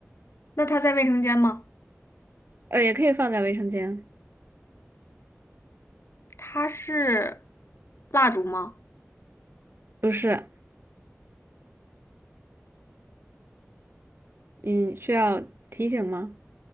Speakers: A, on the left (about 60°); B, on the right (about 50°).
A: 那它在卫生间吗？
B: 呃，也可以放在卫生间。
A: 它是蜡烛吗？
B: 不是，你需要提醒吗？